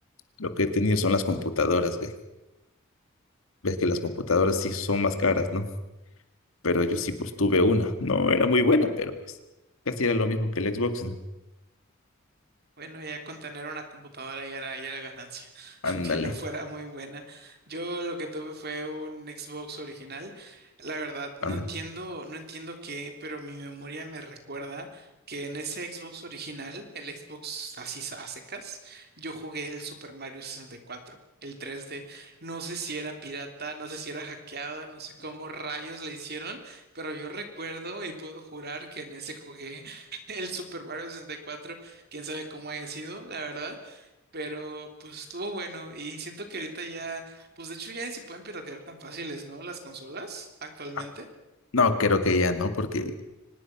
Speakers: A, on the left; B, on the right.
A: lo que he tenido son las computadoras, güey. Ves que las computadoras sí son más caras, ¿no? pero yo sí pues tuve una. No era muy buena, pero pues casi era lo mismo que el Xbox. ¿no?
B: Bueno, ya con tener una computadora ya era, ya era ganancia, <laughs>
A: Ándale,
B: aunque no fuera muy buena. Yo lo que tuve fue un Xbox original. La verdad, no
A: ándale.
B: entiendo, no entiendo qué, pero mi memoria me recuerda que en ese Xbox original, el Xbox así a secas, yo jugué el Super Mario sesenta y cuatro, el tres d No sé si era pirata, no sé si era hackeado, no sé cómo rayos le hicieron, pero yo recuerdo y puedo jurar que en ese jugué <laughs> el Super Mario sesenta y cuatro quién sabe cómo haya sido, la verdad, pero pues estuvo bueno y siento que ahorita ya, pues de hecho ya ni se pueden piratear tan fáciles, ¿no? Las consolas actualmente.
A: Ah, No, creo que ya no, porque